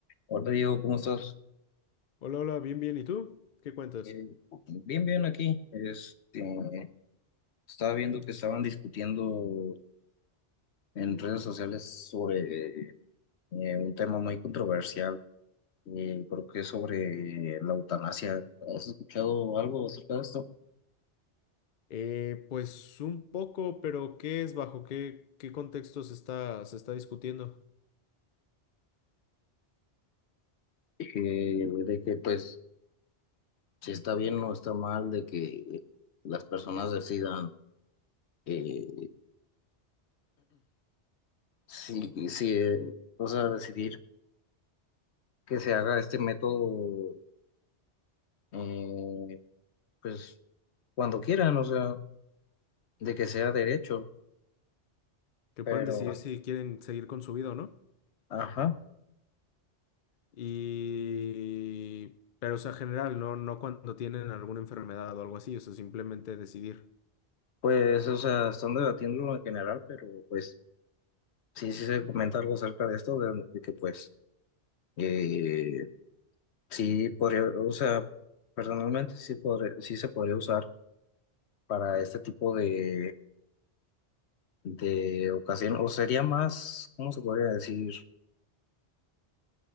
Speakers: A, on the left (about 70°); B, on the left (about 55°).
A: Hola Diego, ¿cómo estás?
B: Hola, hola, bien, bien. ¿Y tú? ¿Qué cuentas?
A: Eh, bien, bien aquí. Este, estaba viendo que estaban discutiendo en redes sociales sobre eh, un tema muy controversial, eh, creo que es sobre la eutanasia. ¿Has escuchado algo acerca de esto?
B: Eh, pues un poco, pero ¿qué es bajo qué, qué contexto se está, se está discutiendo?
A: Que- de que pues si está bien o está mal, de que las personas decidan eh, si, si, eh, o sea, decidir que se haga este método, eh, pues. cuando quieran, o sea, de que sea derecho,
B: Que
A: pero,
B: puedan decidir si quieren seguir con su vida o no.
A: ajá,
B: Y... Pero, o sea, general, no, no cuando tienen alguna enfermedad o algo así, o sea, simplemente decidir.
A: pues, o sea, están debatiéndolo en general, pero pues sí, sí se comenta algo acerca de esto, de, de que pues, eh, sí podría, o sea, personalmente sí, podré- sí se podría usar para este tipo de, de ocasión, o sería más, ¿cómo se podría decir?